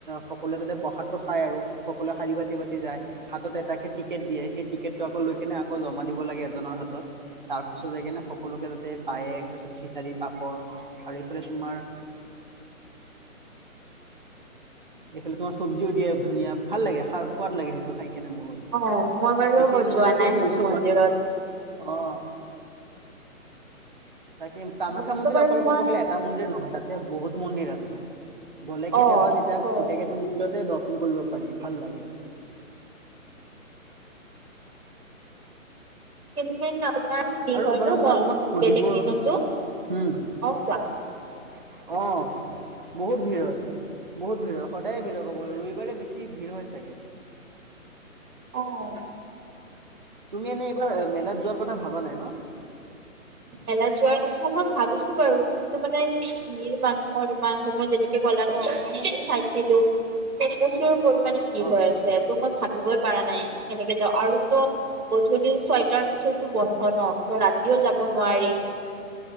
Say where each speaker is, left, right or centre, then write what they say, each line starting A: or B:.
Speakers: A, on the right; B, on the right.
A: সকলোৱে তাতে প্ৰসাদটো খাই আৰু। সকলোৱে শাৰি পাতি পাতি যায়, হাতত এটাক টিকেট দিয়ে সেই টিকেটটো আকৌ লৈ কেনে আকৌ জমা দিব লাগে এজনৰ। হাতত, তাৰ পাছত যাই কিনে সকলোকে তাতে পায়েক তাৰপিছত খিচাৰি। পাপৰ আৰু এইফালে তোমাৰ এইফালে তোমাৰ চব্জিও দিয়ে ধুনীয়া ভাল লাগে সোৱাদ লাগে সেইটো খাই। কেনে বহুত
B: অ
A: তে'
B: মই বাৰু
A: সেই মন্দিৰবোৰত
B: যোৱা নাই সেইটো
A: গৈছো
B: মন্দিৰত
A: মই। অ'। তাকে কামাখ্যা
B: মোৰতো
A: মন্দিৰ
B: বাৰু
A: অকল কব
B: মই
A: গ'লে এটা মন্দিৰ নহয়, তাতে বহুত মন্দিৰ আছে। গ'লে কেতিয়াবা,
B: অ
A: তেতিয়া
B: হয়
A: গোটেই কেইটা <unintelligible> দৰ্শন কৰিব পাৰি, ভাল লাগে।
B: কেন্ত <unintelligible> তোমাৰ ভিৰ
A: আৰু
B: হয়
A: বাৰু
B: ন,
A: মই তোমাক সুধিব
B: বেলেগ দিনতো অ
A: উম
B: কোৱা,
A: অ বহুত ভিৰ হয়, বহুত ভিৰ হয়, সদায়ে ভিৰ ক'বলৈ ৰবিবাৰে বেছি ভিৰ হৈ চাগে।
B: অহ।
A: তুমি এনেই এইবাৰ মেলাত যোৱাৰ কথা ভাবা নাই ন।
B: মেলাত যোৱাৰ কথা মই ভাবিছো বাৰু, কিন্তু মানে ভিৰ মানুহ, মোৰ ইমান মই যেনেকে ক'লা ন মোৰ চাইছিলো। প্ৰচুৰ পৰিমামানে ভিৰ
A: অ
B: হৈ আছে ত' মই ভাবিবই পাৰা নাই কেনেকে যাওঁ আৰু ত, গধূলি ছয়টাৰ পিছতো বন্ধ ন। ত ৰাতিও যাব নোৱাৰি,